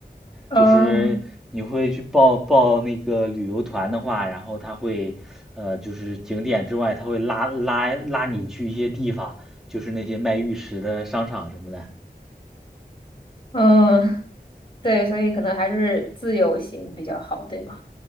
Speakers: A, on the left; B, in the centre.
A: 嗯
B: 就是你会去报报那个旅游团的话，然后他会，呃，就是景点之外，他会拉拉拉你去一些地方，就是那些卖玉石的商场什么的。
A: 嗯，<laughs> 对，所以可能还是自由行比较好，对吗？